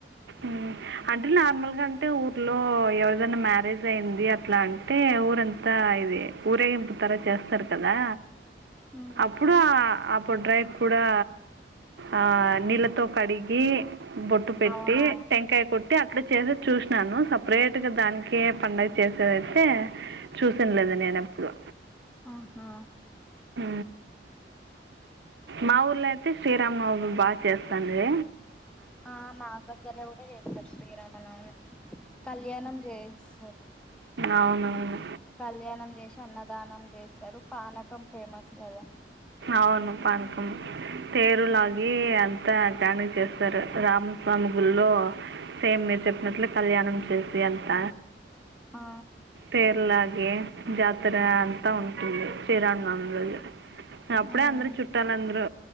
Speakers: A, on the right; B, in the centre.
A: ఉమ్ అంటే నార్మల్ గా అంటే ఊర్లో ఎవరిదైనా మ్యారేజ్ అయింది అట్లా అంటే ఊరంతా ఇది ఊరేగింపు తర చేస్తారు కదా
B: ఉమ్.
A: అప్పుడు అ బొడ్రాయి కూడా ఆ నీళ్ళతో కడిగి బొట్టు పెట్టి
B: అవును
A: వెంకాయ కొట్టి అట్లా చేసే చూసినాను సపరేట్ గా దానికి పండగ చేసేదైతే చూసంలేదు నేను ఎప్పుడు
B: ఆహా
A: అ మా ఊర్లో అయితే శ్రీరాంనవమి బాగా చేస్తాంది
B: ఆ మాదగర కూడా చేస్తారు శ్రీరామనవమి కళ్యాణం చేయిస్తారు
A: అవునవును
B: కళ్యాణం చేసి అన్నదానం చేస్తారు పానకం ఫేమస్ కదా
A: అవును పానకం తేరుల
B: మ్మ్
A: గి అంతా గాని చేస్తారు రామస్వామి గుల్లో సేమ్ మీరు చెప్పినట్లు కళ్యాణం చేసి అంత
B: ఆ
A: పేర్లాగే జాతర అంతా ఉంటుంది శ్రీరామానవమి రోజు అప్పుడే
B: మ్మ్
A: అందరు చుట్టాలాందరు